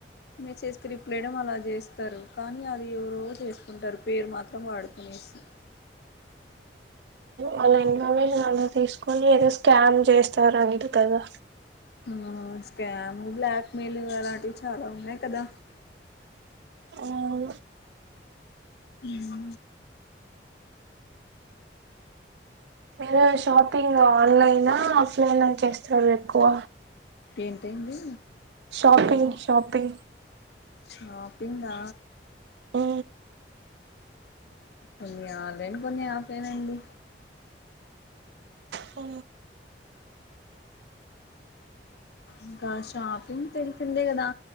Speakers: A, on the left; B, on the right.
A: మెసేజ్కి రిప్లైయిడం అలా చేస్తారు కానీ అది ఎవరో చేస్కుంటారు పేరు మాత్రం వాడుకునేసి
B: వాళ్ళ ఇన్ఫర్మేషన్ అలా తీస్కొని ఏదో క్యామ్ చేస్తారని కదా
A: మ్ స్కామ్ బ్లాక్ మెయిల్ అలాంటివి చాలా ఉన్నాయి కదా
B: అవు
A: యా
B: మీరు షాపింగ్ ఆన్లైనా ఆఫ్లైనా చేస్తారు ఎక్కువ
A: ఏంటైంది
B: షాపింగ్ షాపింగ్
A: షాపింగా
B: ఆ
A: కొన్ని ఆన్లైన్ కొన్ని ఆఫ్లైన్ అండి
B: హ
A: ఇంకా షాపింగ్ తెలిసిందే కదా